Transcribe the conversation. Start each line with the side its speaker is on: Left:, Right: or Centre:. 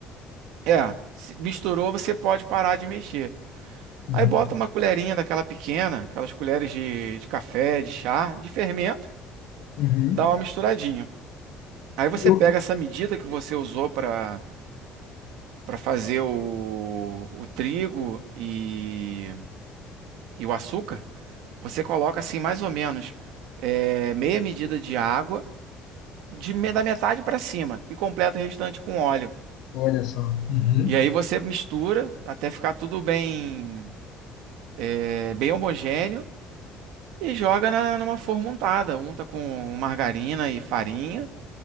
Right: é, se misturou, você pode parar de mexer.
Left: Uhum.
Right: Aí bota uma colherinha daquela pequena, aquelas colheres de, de café, de chá, de fermento.
Left: Uhum.
Right: dá uma misturadinha. Aí você
Left: E o-
Right: pega essa medida que você usou para para fazer o, o trigo e, e o açúcar, você coloca assim mais ou menos é, meia medida de água de me- da metade para cima e completa o restante com óleo.
Left: Olha só. Uhum.
Right: E aí você mistura até ficar tudo bem é, bem homogêneo e joga na, numa forma untada, unta com margarina e farinha.